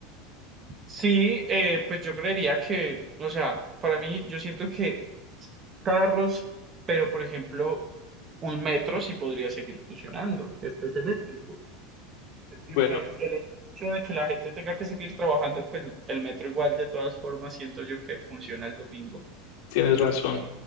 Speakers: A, on the right; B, on the left.
A: Sí, eh, pues yo creería que, o sea, para mí yo siento que carros, pero por ejemplo, un metro sí podría seguir funcionando, que este es eléctrico.
B: Bueno,
A: Y pues el hecho de que la gente tenga que seguir trabajando, pues el metro igual de todas formas siento yo que funciona el domingo.
B: tienes razón.